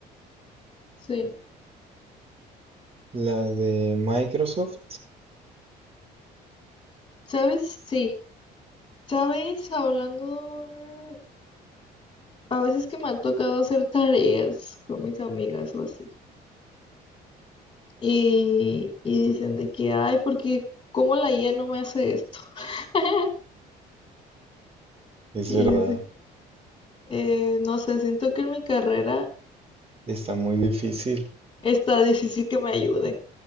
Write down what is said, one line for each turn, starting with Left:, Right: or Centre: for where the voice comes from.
Left: sí.
Right: la de Microsoft,
Left: ¿Sabes? Sí. ¿Sabes? Hablando, a veces que me ha tocado hacer tareas con mis amigas o así. Y, y dicen de que, ay, porque ¿cómo la IA no me hace esto? <laughs>
Right: es
Left: Y
Right: verdad.
Left: es de- que, eh, no sé, siento que en mi carrera
Right: Está muy difícil,
Left: está difícil que me ayude,